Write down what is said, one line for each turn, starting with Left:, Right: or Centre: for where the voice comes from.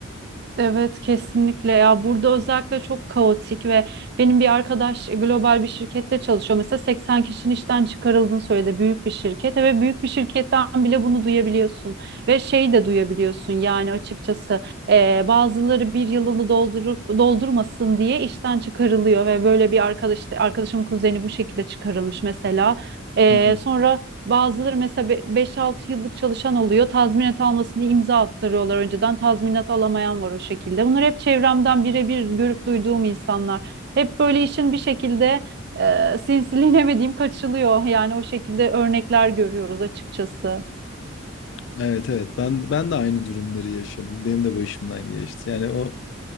Right: Evet kesinlikle ya burada özellikle çok kaotik ve benim bir arkadaş e, global bir şirkette çalışıyor. Mesela 80 kişinin işten çıkarıldığını söyledi büyük bir şirket ve büyük bir şirketten bile bunu duyabiliyorsun ve şeyi de duyabiliyorsun yani açıkçası eee, bazıları bir yılını doldurup doldurmasın diye işten çıkarılıyor ve böyle bir arkadaş arkadaşımın kuzeni bu şekilde çıkarılmış mesela. Eee,
Left: <laughs>
Right: sonra Bazıları mesela be- 5-6 yıllık çalışan oluyor. Tazminat almasın diye imza attırıyorlar önceden. Tazminat alamayan var o şekilde. Bunlar hep çevremden birebir görüp duyduğum insanlar. Hep böyle işin bir şekilde e, sinsiliğine mi diyeyim kaçılıyor. Yani o şekilde örnekler görüyoruz açıkçası.
Left: Evet evet ben ben de aynı durumları yaşadım. Benim de başımdan geçti. Yani o